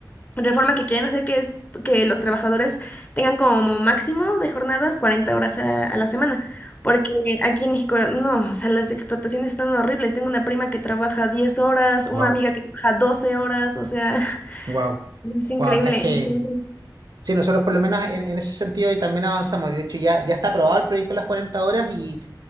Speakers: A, on the left; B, on the right.
A: reforma que quieren hacer que es que los trabajadores tengan como máximo de jornadas 40 horas a, a la semana, porque aquí en México, no, o sea, las explotaciones están horribles. Tengo una prima que trabaja 10 horas, una
B: Wow,
A: amiga que trabaja 12 horas, o sea, <laughs>
B: wow,
A: es increíble.
B: wow, está heavy.
A: Entonces,
B: Sí, nosotros por lo menos en, en ese sentido y también avanzamos. De hecho, ya, ya está aprobado el proyecto de las 40 horas y,